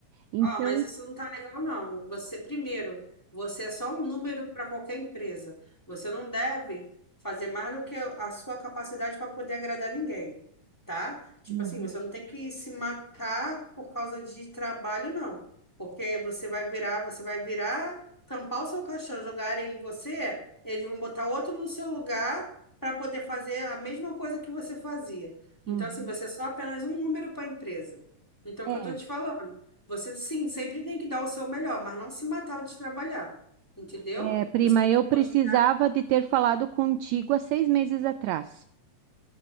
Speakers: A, on the right; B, in the centre.
A: Então,
B: Ó, mas isso não tá legal, não. Você, primeiro, você é só um número para qualquer empresa. Você não deve fazer mais do que a sua capacidade para poder agradar ninguém, tá? Tipo
A: Uhum,
B: assim, você não tem que se matar por causa de trabalho, não. Porque você vai virar, você vai virar, tampar o seu caixão, jogarem em você, eles vão botar outro no seu lugar para poder fazer a mesma coisa que você fazia.
A: uhum.
B: Então, assim, você é só apenas um número para a empresa. Então, é
A: é,
B: o que eu tô te falando? Você sim, sempre tem que dar o seu melhor, mas não se matar de trabalhar, entendeu?
A: é, prima,
B: Você tem
A: eu
B: que mostrar.
A: precisava de ter falado contigo há seis meses atrás.